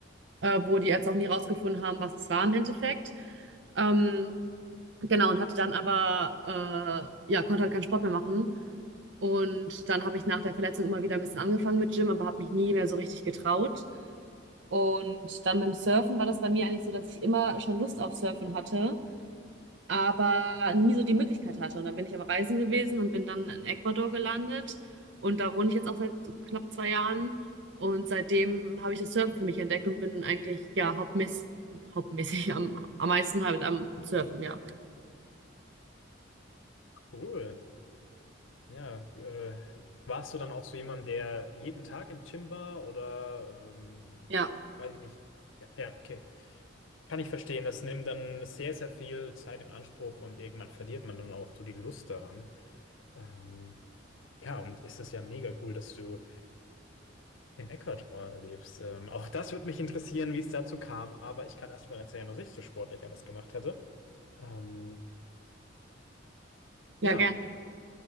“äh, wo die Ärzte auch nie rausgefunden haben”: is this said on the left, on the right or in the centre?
Right